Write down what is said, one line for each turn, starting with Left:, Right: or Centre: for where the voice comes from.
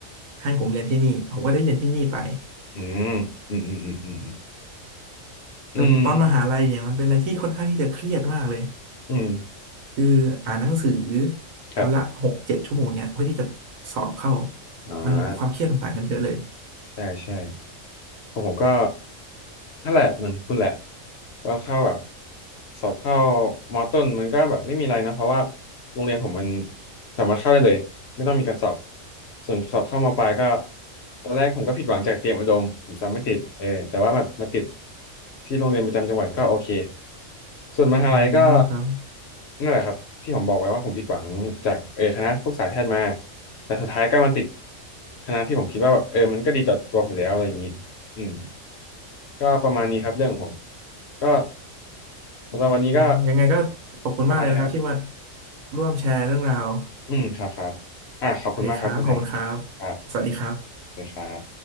Right: ให้ผมเรียนที่นี่ผมก็ได้เรียนที่นี่ไป
Left: อืมอืมอืมอืม
Right: แต่ตอนมหาลัยเนี่ยมันเป็นอะไรที่ค่อนข้างที่จะเครียดมากเลย
Left: อืมอืมอืม
Right: คืออ่านหนังสือ
Left: ครับ
Right: วันละหกเจ็ดชั่วโมงเนี่ยเพื่อที่จะสอบเข้า
Left: อ่า
Right: มันความเครียดมันต่างกันเยอะเลย
Left: ใช่ใช่ ของผมก็นั่นแหละเหมือนคุณแหละตอนเข้าแบบสอบเข้ามอต้นมันก็แบบไม่มีอะไรนะเพราะว่าโรงเรียนผมมันสามารถเข้าได้เลยไม่ต้องมีการสอบส่วนสอบเข้ามอปลายก็ตอนแรกผมก็ผิดหวังจากเตรียมอุดมผมสอบไม่ติดเออแต่ว่าแบบมาติดที่โรงเรียนประจำจังหวัดก็โอเคส่วนมหาลัยก็
Right: อืมครับ
Left: นั่นแหละครับที่ผมบอกไว้ว่าผมผิดหวังจากเออคณะพวกสายแพทย์มาแต่สุดท้ายก็มันติดคณะที่ผมคิดว่าแบบเออมันก็ดีต่อตัวผมแล้วอะไรอย่างนี้ อืมก็ประมาณนี้ครับเรื่องของผมก็สำหรับวันนี้ก็
Right: อืมยังไงก็ขอบคุณมากเลยนะครับที่มา
Left: ประมาณนี้นะครับ
Right: ร่วมแชร์เรื่องราว
Left: อืมครับครับอ่าขอบคุณมากครับคุณแพง
Right: โอเคครับขอบคุณครับ
Left: ครับ
Right: สวัสดีครับ
Left: เลยครับ